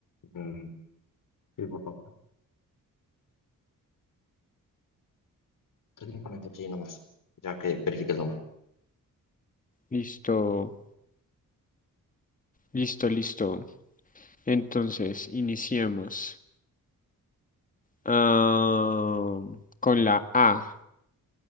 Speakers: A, on the left (about 65°); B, on the left (about 25°).
A: Mm, sí, por favor. Técnicamente aquí hay una más, ya que verifique el nombre.
B: Listo, listo, listo. Entonces, iniciemos. Ah, con la A.